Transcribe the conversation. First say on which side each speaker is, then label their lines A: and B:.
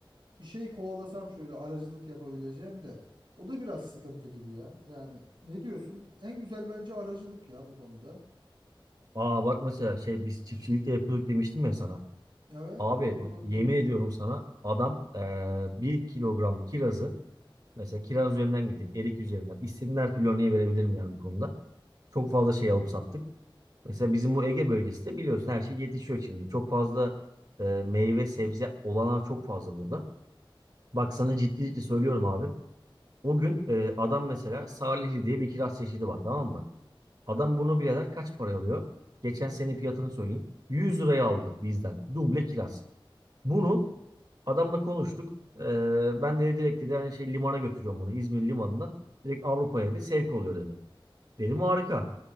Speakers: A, on the right (about 65°); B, on the right (about 45°).
A: bir şey kovalasam şöyle aracılık yapabileceğim de o da biraz sıkıntı gibi ya. Yani ne diyorsun? En güzel bence aracılık ya bu konuda.
B: Aa bak mesela şey biz çiftçilikte de yapıyorduk demiştim ya sana.
A: Evet,
B: Abi
A: onları
B: bak yemin
A: demiştim.
B: ediyorum sana adam eee, bir kilogram kirazı mesela kiraz üzerinden gideyim erik üzerinden istediğin her türlü örneği verebilirim yani bu konuda. Çok fazla şey alıp sattık. Mesela bizim bu Ege bölgesi de biliyorsun her şey yetişiyor şimdi. Çok fazla eee, meyve sebze olanağı çok fazla burada. Bak sana ciddi ciddi söylüyorum abi. O gün eee, adam mesela Salihli diye bir kiraz çeşidi var tamam mı? Adam bunu bile der kaç paraya alıyor? Geçen sene fiyatını söyleyeyim. 100 liraya aldı bizden. Duble kiraz. Bunu adamla konuştuk. Ee, ben de direkt dedi hani şey limana götürüyorum bunu. İzmir limanından. Direkt Avrupa'ya dedi. Sevk oluyor dedi. Dedim harika.